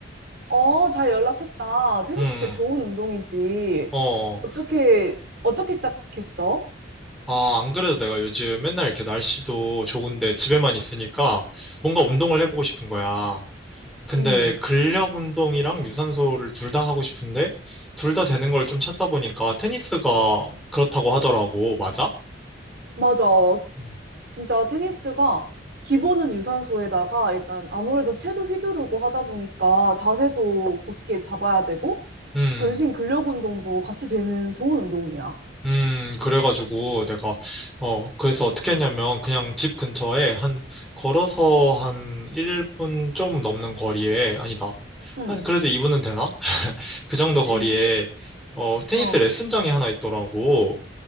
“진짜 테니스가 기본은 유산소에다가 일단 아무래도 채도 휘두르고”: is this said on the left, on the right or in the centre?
Right